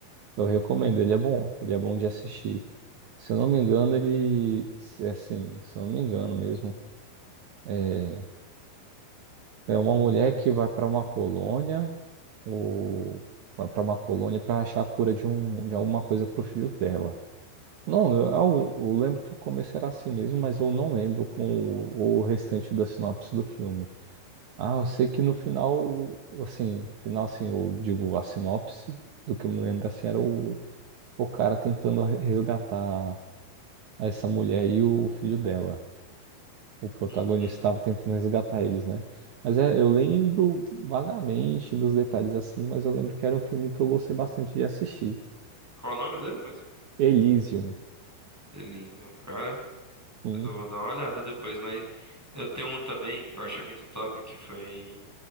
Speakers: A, on the right; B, in the centre.
A: eu recomendo, ele é bom, ele é bom de assistir. Se eu não me engano, ele, é, assim, se eu não me engano mesmo. é, É uma mulher que vai para uma colônia, ou vai para uma colônia para achar a cura de, um, de alguma coisa para o filho dela. Não, eu, eu- eu lembro que o começo era assim mesmo, mas eu não lembro com o, o restante da sinopse do filme. Ah, eu sei que no final, assim, final assim, eu digo a sinopse, do que eu me lembro assim, era o, o cara tentando resgatar essa mulher e o filho dela o protagonista
B: Uhum.
A: estava tentando resgatar eles, né? Mas é, eu lembro vagamente dos detalhes assim, mas eu lembro que era um filme que eu gostei bastante de assistir.
B: Qual o nome dele mesmo?
A: Elysium,
B: Elysium, cara.
A: sim.
B: Mas eu vou dar uma olhada depois, mas eu tenho um também que eu achei muito top, que foi